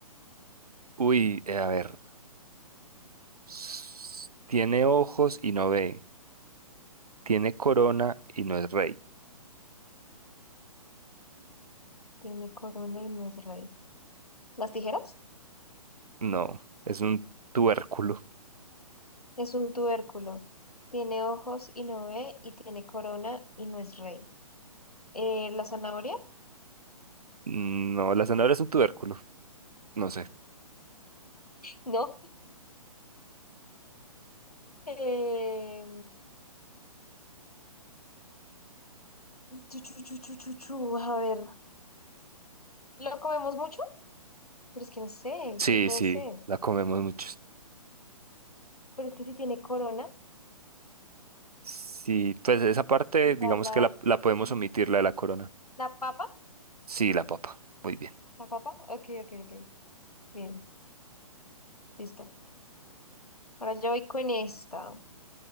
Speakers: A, on the right; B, on the left.
A: uy, eh, a ver. s- Tiene ojos y no ve. Tiene corona y no es rey.
B: Tiene corona y no es rey. ¿Las tijeras?
A: No, es un tubérculo.
B: Es un tubérculo. Tiene ojos y no ve, y tiene corona y no es rey. Eh, ¿la zanahoria? <laughs>
A: No, la zanahoria es un tubérculo. No sé.
B: No. Eh, chu, chu, chu, chu, chu, chu, A ver, ¿lo comemos mucho? Pero es que no sé,
A: Sí,
B: ¿qué puede
A: sí,
B: ser?
A: la comemos muchos.
B: Pero es que si tiene corona,
A: Sí, pues esa parte,
B: será
A: digamos
B: la,
A: que la, la podemos
B: chu-
A: omitir, la de la corona.
B: la papa.
A: Sí, la papa. Muy bien.
B: ¿La papa? Ok, ok, ok. Bien, listo. Ahora yo voy con esta.